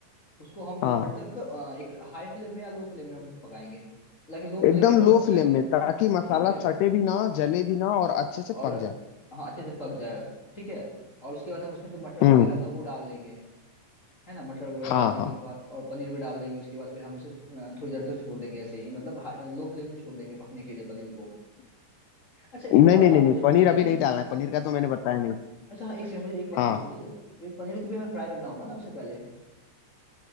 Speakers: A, on the left (about 20°); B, on the left (about 85°).
A: उसको हम दो
B: हाँ
A: मिनट तक अ, एक हाई फ्लेम में या लो फ्लेम में हम उसे पकाएंगे हालांकि लो
B: एकदम
A: फ्लेम में
B: लो
A: पकाएंगे
B: फ्लेम में ताकि मसाला
A: ठीक है
B: सटे भी ना जले भी ना और अच्छे से
A: और
B: पक जाए
A: हाँ अच्छे से पक जाए ठीक है और उसके बाद हम उसमें जो मटर
B: हम्म
A: वगैरह था वो डाल देंगे है ना मटर वगैरह
B: हाँ
A: डालने
B: हाँ
A: के बाद और पनीर भी डाल देंगे उसके बाद फिर हम उसे अ, थोड़ी देर तक छोड़ देंगे ऐसे ही मतलब लो फ्लेम में छोड़ देंगे पकने के लिए पनीर को अच्छा एक और
B: नहीं नहीं नहीं
A: बात
B: नहीं
A: मुझे
B: पनीर
A: पूछनी
B: अभी
A: थी
B: नहीं डालना है पनीर का तो मैंने बताया नहीं
A: अच्छा हाँ एक सेकंड मुझे एक बात
B: हाँ
A: पूछनी थी वे पनीर को भी हमें फ्राई करना होगा ना उससे पहले